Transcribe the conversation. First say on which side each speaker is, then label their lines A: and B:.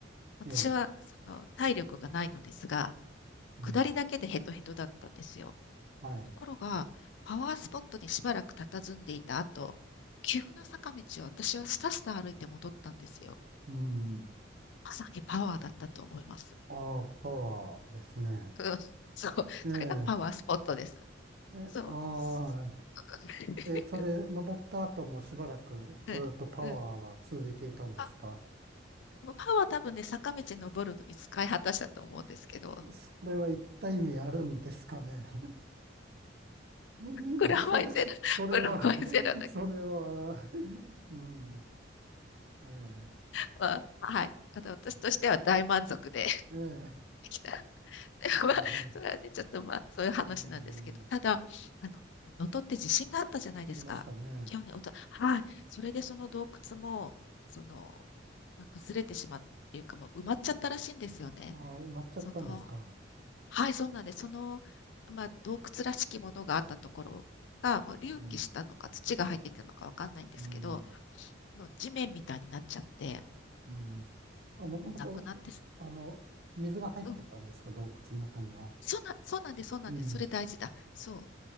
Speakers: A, on the left; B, on the right.
A: 私はその体力がないのですが、
B: ええ。うん。
A: 下りだけでヘトヘトだったんですよ。
B: はい。
A: ところが、パワースポットにしばらく佇んでいた後、急な坂道を私はスタスタ歩いて戻ったんですよ。
B: うん。
A: まさにパワーだったと思います。
B: ああ、パワーですね。
A: うん、そう。
B: ええ。
A: それがパワースポットです。
B: え、
A: そう。
B: あ
A: <laughs>
B: あ、え、それ、登った後もしばらくずっとパワーは続いていたんですか
A: うん。うん。あ、もうパワー多分ね、坂道登るのに使い果たしたと思うんですけど、
B: それは一体意味あるんですかね <laughs>
A: プラマイゼロ、
B: それ、
A: <laughs>
B: それはそれは
A: プラマイゼロだけ
B: うん。ええ。
A: は、まあはい。あの私としては大満足で <laughs>
B: ええ。
A: できた。<laughs>
B: なるほど。
A: まあ、それはね、ちょっとまあ、そういう話なんですけど、
B: うん
A: ただ、あの、能登って地震があったじゃないですか。
B: ありましたね。
A: 去年、おと、はい。それでその洞窟も、その、まあ崩れてしまうっていうか、もう埋まっちゃったらしいんですよね。
B: ああ、埋まっちゃったんですか。
A: その、はい、そうなんです。その、まあ、洞窟らしきものがあったところが、まあ、隆起したのか、
B: うん、
A: 土が入ってきたのかわかんないんですけど、
B: うん、
A: もう地面みたいになっちゃって、
B: うん。あ、もともと、
A: もうなくなってす、
B: あの、水が入ってたんですか、
A: うん。
B: 洞窟の中には。
A: そうな、そうなんです、そうなんです。
B: うん。
A: それ大事だ。そう。